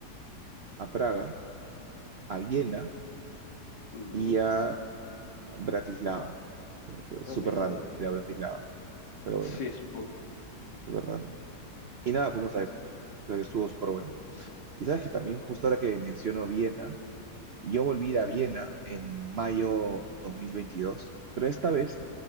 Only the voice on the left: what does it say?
Mm, mm.
Ah,
mira,
mira.
Sí,
supongo.
Ah,
sí,